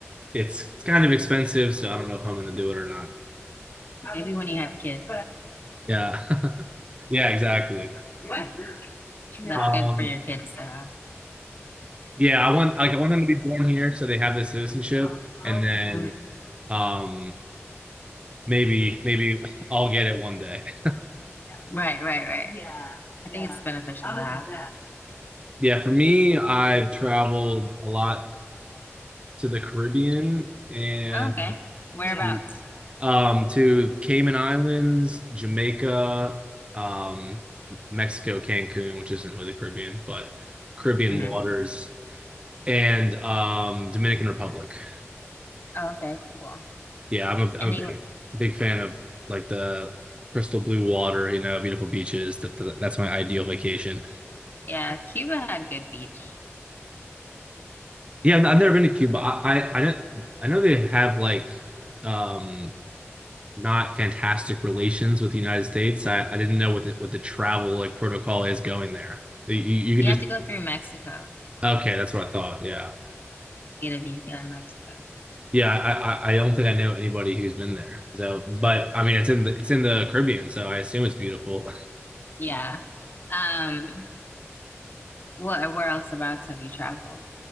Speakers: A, on the right (about 25°); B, on the left (about 45°).
A: it's it's kind of expensive, so I don't know if I'm gonna do it or not.
B: Maybe when you have kids.
A: Yeah. <laughs> Yeah, exactly.
B: What? That's
A: Um,
B: good for your kids to have.
A: yeah, I want like I want them to be born here so they have the citizenship
B: Mm.
A: and then um maybe maybe I'll get it one day. <laughs>
B: Right, right, right. I think it's beneficial to have.
A: Yeah, for me, I've traveled a lot to the Caribbean and
B: Oh, okay. Yeah. Whereabouts?
A: to um to Cayman Islands, Jamaica, um Mexico, Cancun, which isn't really the Caribbean, but Caribbean
B: hmm
A: waters and um Dominican Republic.
B: Oh, okay, cool.
A: Yeah, I'm a, I'm
B: And
A: a
B: they,
A: big, big fan of like the crystal blue water, you know, beautiful beaches. That, that- that's my ideal vacation.
B: yeah, Cuba had good beach.
A: Yeah, I've never been to Cuba. I, I, I know, I know they have like um not fantastic relations with the United States. I, I didn't know what the, what the travel like protocol is going there. You, you can
B: You
A: just
B: have to go through Mexico,
A: okay, that's what I thought. Yeah.
B: get a visa in Mexico.
A: Yeah, I, I I don't think I know anybody who's been there. So, but I mean, it's in the it's in the Caribbean, so I assume it's beautiful.
B: Yeah. Um, what, where else abouts have you traveled?